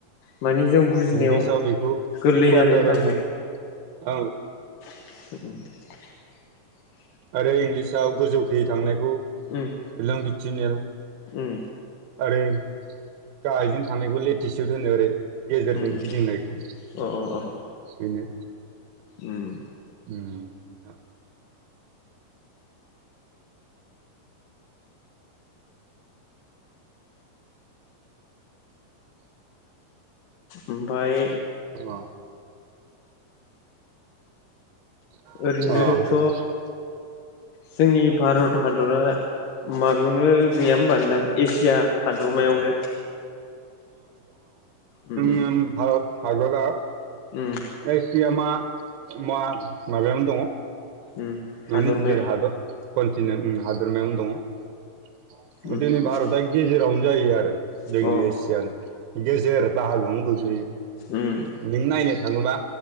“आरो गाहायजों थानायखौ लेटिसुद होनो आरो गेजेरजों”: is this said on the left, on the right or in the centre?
Right